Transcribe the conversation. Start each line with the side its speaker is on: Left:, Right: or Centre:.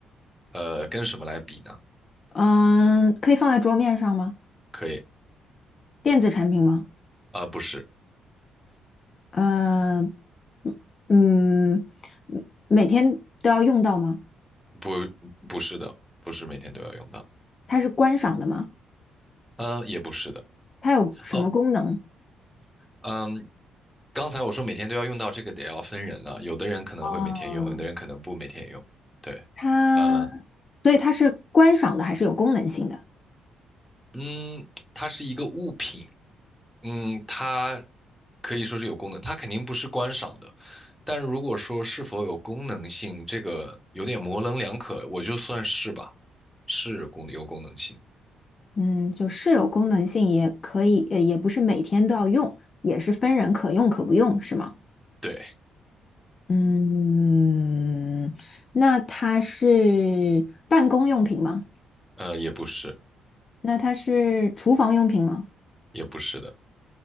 Centre: 呃，跟什么来比呢？
Left: 嗯，可以放在桌面上吗？
Centre: 可以，
Left: 电子产品吗？
Centre: 呃，不是，
Left: 呃嗯嗯，每天都要用到吗？
Centre: 不不是的，不是每天都要用到。
Left: 它是观赏的吗？
Centre: 呃，也不是的。
Left: 它有什么功能？
Centre: 哦，嗯，刚才我说每天都要用到这个，得要分人了。有的人可能会每天用，
Left: 哦，
Centre: 有的人可能不每天用。对，
Left: 它，
Centre: 呃，
Left: 所以它是观赏的，还是有功能性的。
Centre: 嗯，它是一个物品，嗯，它可以说是有功能，它肯定不是观赏的。但如果说是否有功能性，这个有点模棱两可，我就算是吧，是功有功能性。
Left: 嗯，就是有功能性，也可以，呃也不是每天都要用，也是分人可用可不用，是吗？
Centre: 对，
Left: 嗯，那它是办公用品吗？
Centre: 呃，也不是，
Left: 那它是厨房用品吗？
Centre: 也不是的，